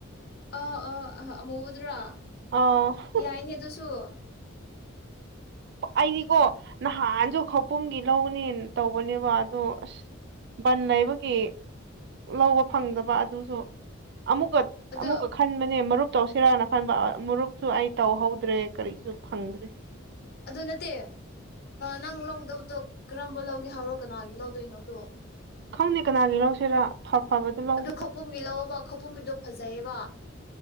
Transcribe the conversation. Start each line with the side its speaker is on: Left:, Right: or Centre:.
Left: ꯑ ꯑ ꯑ ꯃꯨꯗ꯭ꯔꯥ꯫
Right: ꯑꯥ
Left: ꯌꯥꯏꯅꯦ ꯑꯗꯨꯁꯨꯝ
Right: ꯑꯩꯗꯤꯀꯣ ꯅꯍꯥꯟ꯫ ꯑꯟꯁꯨ ꯈꯄꯨꯡꯒꯤ ꯂꯧꯅꯤꯅ ꯇꯧꯕꯅꯦꯕ ꯑꯗꯣ ꯑꯁ ꯕꯟ ꯂꯩꯕꯒꯤ ꯂꯧꯕ ꯐꯪꯗꯕ ꯑꯗꯨꯁꯨ꯫ ꯑꯃꯨꯛꯀ
Left: ꯑꯗꯣ
Right: ꯑꯃꯨꯛꯀ ꯈꯟꯕꯅꯦ ꯃꯔꯨꯞ꯫ ꯇꯧꯁꯤꯔꯥꯅ ꯈꯟꯕ ꯃꯨꯔꯨꯞꯁꯨ ꯑꯩ ꯇꯧꯍꯧꯗ꯭ꯔꯦ꯫ ꯀꯔꯤꯁꯨ ꯐꯪꯗ꯭ꯔꯦ꯫
Left: ꯑꯗꯨ ꯅꯠꯇꯦ ꯅꯪ ꯂꯧꯒꯗꯕꯗꯣ ꯀꯔꯝꯕ ꯂꯧꯒꯦ ꯍꯥꯏꯕ꯭ꯔꯣ ꯀꯅꯥꯒꯤ ꯂꯧꯗꯣꯏꯅꯣꯗꯣ
Right: ꯈꯪꯅꯤ ꯀꯅꯥꯒꯤ ꯂꯧꯁꯤꯔꯥ꯫ ꯐ ꯐꯕꯗꯣ ꯂꯧꯒꯦ
Left: ꯑꯗꯨ ꯈꯄꯨꯝꯒꯤ ꯂꯑꯣꯕ꯫ ꯈꯨꯄꯨꯝꯝꯕꯤꯗꯣ ꯐꯖꯩꯌꯦꯕ꯫